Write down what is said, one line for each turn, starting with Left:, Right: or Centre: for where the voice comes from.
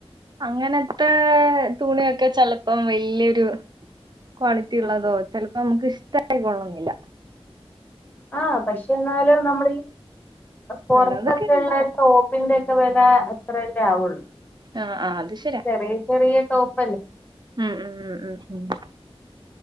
Right: അങ്ങനത്തെ തുണിയൊക്കെ ചിലപ്പം വല്യോരു ക്വാളിറ്റി ഉള്ളതോ ചിലപ്പോ നമുക്ക് ഇഷ്ടായി കൊള്ളണംന്നില്ല
Left: ആഹ പക്ഷെ എന്നാലും നമ്മളീ പൊറത്തൊക്കെ
Right: ഉള്ളതൊക്കെ ഉണ്ടാവും
Left: ഉള്ള ടോപ്പിന്റെ ഒക്കെ വെല അത്രല്ലേ ആവുള്ളൂ
Right: ആഹ് ആഹ് അത് ശരിയാ
Left: ചെറിയ ചെറിയ ടോപ്പ്
Right: ഉം ഉം ഉം ഉം